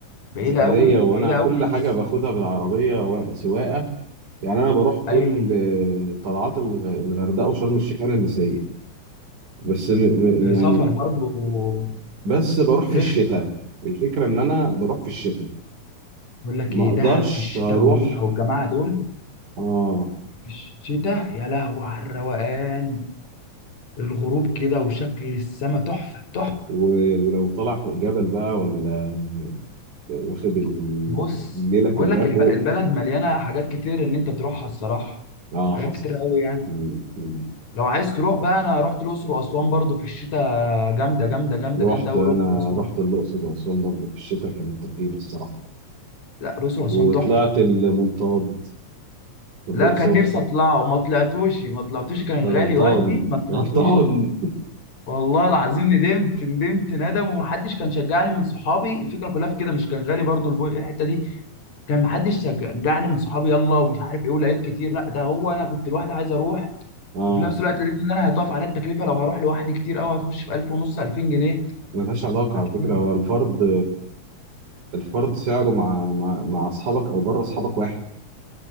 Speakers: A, on the left (about 65°); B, on the right (about 75°).
A: بعيده
B: سفرية
A: قوي
B: وأنا
A: بعيده
B: كل
A: قوي
B: حاجة
A: بس
B: باخدها بالعربية و- سواقة يعني أنا بروح كل
A: ايوه
B: آه، طلعات الغ- الغردقة وشرم الشيخ أنا اللي سايق بس م... م-
A: في
B: يعني
A: سفر برضو
B: بس بروح في
A: رخم
B: الشتاء الفكرة إن أنا بروح في الشتاء
A: بقول لك
B: ما
A: ايه
B: أقدرش
A: دهب في الشتاء
B: هروح
A: والمتعه والجماعه دول
B: آه
A: في الشتاء يا لهوي على الروقان الغروب كده وشكل السما تحفة تحفة
B: و... ولو طلع فوق جبل بقى ولا واخد
A: ب- بص
B: الليلة
A: بقول
B: كلها
A: لك
B: فوق
A: الب- البلد مليانة حاجات كتير ان انت تروحها الصراحة
B: آه
A: حاجات
B: حصل
A: كتير قوي يعني
B: مم.
A: لو عايز تروح بقى انا رحت الاقصر واسوان برضو في الشتاء جامدة جامدة جامدة
B: رحت
A: جامدة قوي
B: انا
A: الاقصر واسوان
B: رحت الاقصر واسوان برضه في الشتاء كانت رهيبه الصراحه
A: لا الاقصر واسوان
B: وطلعت
A: تحفة
B: المنطاد في الاقصر
A: لا كان نفسي اطلعه ما طلعتوش ما طلعتوش
B: انت
A: كان
B: غلطان
A: غالي وقتي ما طلعتوش
B: غلطان
A: والله العظيم ندمت ندمت ندم ومحدش كان شجعني من صحابي الفكره كلها في كده مش كان غالي برضو البو- الحته دي كان محدش شجعني من صحابي يلا ومش عارف ايه ولقيت كتير لا ده هو انا كنت لوحدي عايز اروح
B: اه
A: وفي نفس الوقت لقيت ان انا هيضاعف عليا التكلفه لو هروح لوحدي كتير قوي هتخش في 1000 ونص 2000 جنيه
B: ملهاش علاقه
A: فكتير
B: على فكره هو الفرد الفرد سعره مع مع مع اصحابك او بره اصحابك واحد